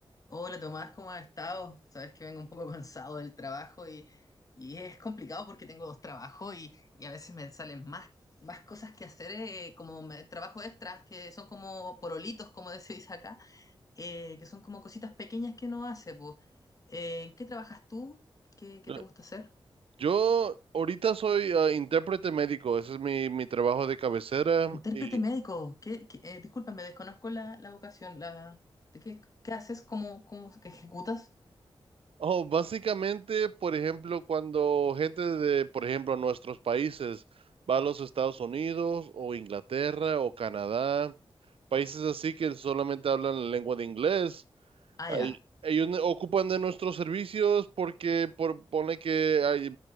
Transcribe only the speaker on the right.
Eh,
Yo ahorita soy ah, intérprete médico, ese es mi, mi trabajo de cabecera.
Y,
oh, básicamente, por ejemplo, cuando gente de, por ejemplo, nuestros países va a los Estados Unidos o Inglaterra o Canadá, países así que solamente hablan la lengua de inglés.
Ahí-
ellos ne- ocupan de nuestros servicios porque por, pone que hay-